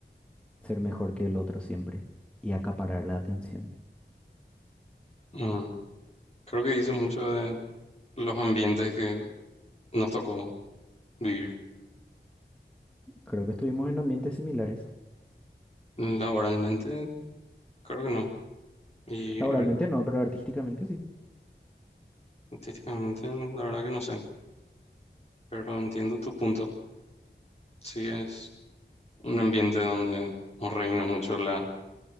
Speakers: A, in the centre; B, on the left.
A: ser mejor que el otro siempre y acaparar la atención.
B: Ujú. Creo que dice mucho de los ambientes que nos tocó vivir.
A: Creo que estuvimos en ambientes similares.
B: Laboralmente, creo que no. Y
A: Laboralmente no, pero artísticamente sí.
B: artísticamente, la verdad que no sé. Pero entiendo tu punto. Sí, es un ambiente donde no reina mucho la